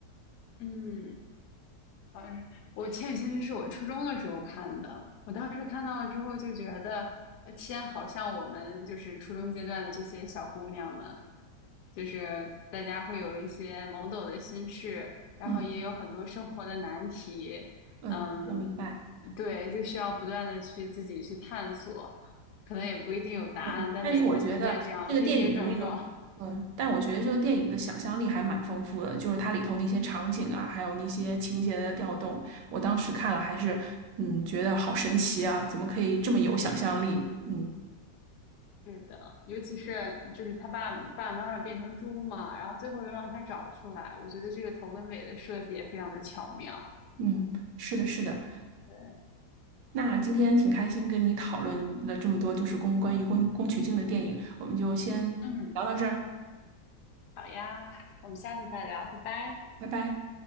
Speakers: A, on the left (about 75°); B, on the right (about 80°).
A: 嗯。呃，我《千与千寻》是我初中的时候看的，我当时看到了之后就觉得，呃，天，好像我们就是初中阶段的这些小姑娘们，就是大家会有一些懵懂的心事，然后也有很多生活的难题，
B: 嗯嗯，
A: 嗯，
B: 我明白。
A: 对，就需要不断的去自己去探索，可能也不一定有答案，
B: 嗯，
A: 但每天都在这样跌跌撞撞，
B: 但是我觉得这个电影的那个，嗯，但我觉得这个电影的想象力还蛮丰富的，就是它里头那些场景啊，还有那些情节的调动，我当时看了还是，嗯，觉得好神奇啊，怎么可以这么有想象力？嗯
A: 是的，尤其是就是他爸爸爸妈妈变成猪嘛，然后最后又让他找出来，我觉得这个头跟尾的设计也非常的巧妙。
B: 嗯，是的，是的。
A: 对，
B: 那今天挺开心跟你讨论了这么多，就是宫关于宫宫崎骏的电影，我们就先聊到这儿，
A: 嗯，好呀，我们下次再聊，拜拜。
B: 拜拜。